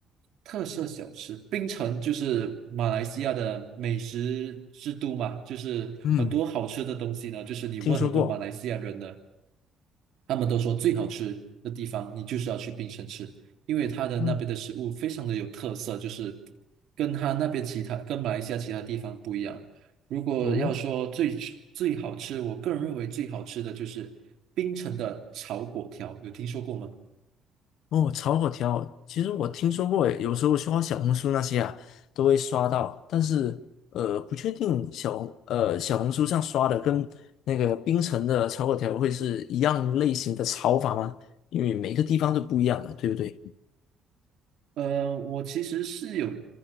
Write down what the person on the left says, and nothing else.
嗯，
听说过。
嗯，
哦
哦，炒粿条，其实我听说过诶，有时候刷小红书那些啊，都会刷到，但是呃，不确定小红呃小红书上刷的跟那个槟城的炒粿条会是一样类型的炒法吗？因为每个地方都不一样的，对不对？